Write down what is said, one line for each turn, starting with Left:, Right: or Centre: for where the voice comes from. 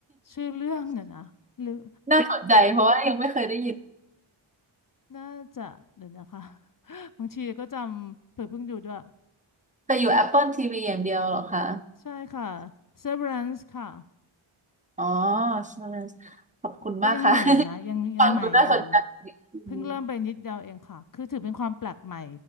Left: ชื่อเรื่องเนี่ยนะหรือ
Right: <laughs> น่าสนใจเพราะว่ายังไม่เคยได้ยิน
Left: น่าจะเดี๋ยวนะคะ <laughs> บางทีก็จำเผื่อเพิ่งดูด้วย
Right: แต่อยู่ Apple TV อย่างเดียวเหรอคะ
Left: ใช่ค่ะ Severance ค่ะ
Right: อ๋อใช่ขอบคุณมากค่ะ
Left: กก็ยังใหม่อยู่นะยังยังใหม่อยู่
Right: <laughs> ฟังดูน่าสนใจอืม
Left: เพิ่งเริ่มไปนิดเดียวเองค่ะคือถือเป็นความแปลกใหม่